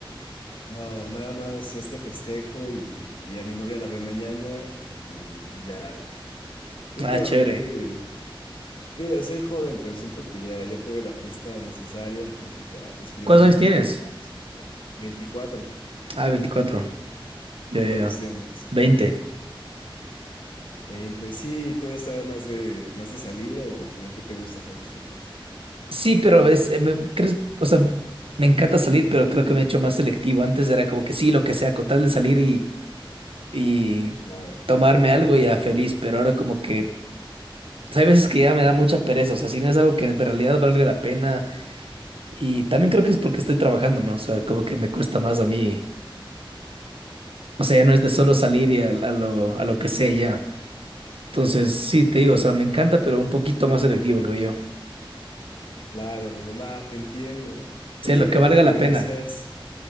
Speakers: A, on the left; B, on the right.
A: No, nada más este festejo y, y a mi novia la veo mañana y, y ya. eh, Últimamente,
B: Ah, chévere.
A: mira, soy joven, pero siento que ya, ya tuve la fiesta necesaria, entonces ya mis fines
B: ¿Cuántos
A: son
B: años
A: muy
B: tienes?
A: relajados, ¿no? Veinticuatro,
B: Ah, veinticuatro Ya,
A: ¿Tú
B: ya,
A: cuántos
B: ya.
A: tienes?
B: 20.
A: veinte sí, tú eres todavía más de, más de salir o, o como que te gusta hacer los fines.
B: Sí, pero ves, eh, me, crees, o sea, me encanta salir, pero creo que me he hecho más selectivo. Antes era como que sí, lo que sea, con tal de salir y
A: Claro,
B: tomarme algo ya feliz, pero ahora como que pues, hay veces que ya me da mucha pereza, o sea, si no es algo que en realidad valga la pena y también creo que es porque estoy trabajando, ¿no? O sea, como que me cuesta más a mí, o sea, ya no es de solo salir y a, a lo, a lo que sé ya. Entonces, sí, te digo, o sea, me encanta, pero un poquito más selectivo, creo yo.
A: claro, hermano, nada, te entiendo.
B: Sí,
A: Oye,
B: lo
A: y
B: que
A: ahorita
B: valga
A: que
B: la
A: me
B: pena.
A: decías,